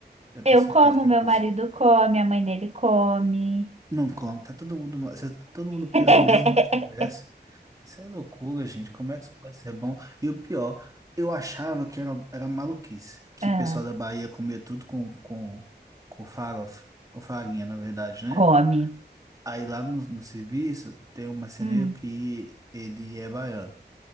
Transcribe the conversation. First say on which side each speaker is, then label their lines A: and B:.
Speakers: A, on the right (about 20°); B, on the right (about 35°).
A: Eu
B: Eu
A: tenho certeza
B: como,
A: que
B: meu
A: é impossível.
B: marido come, a mãe dele come.
A: Não come. Tá todo mundo, ma- cê- tá todo mundo preso
B: <laughs>
A: no mesmo multiverso. Isso é loucura, gente. Como é que isso pode ser bom? E o pior, eu achava que era, era maluquice, que
B: Ah,
A: o pessoal da Bahia comia tudo com, com, com farofa, com farinha, na verdade, né?
B: come.
A: Aí lá no, no serviço tem um marceneiro
B: Hum,
A: que ele é baiano.